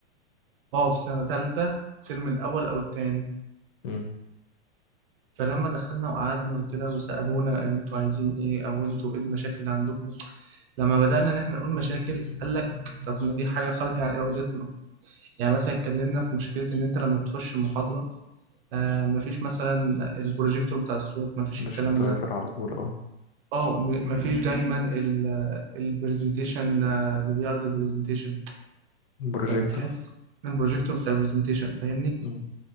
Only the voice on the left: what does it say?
مم.
مش
متوافر
على طول اه
بروجيكتور
مم.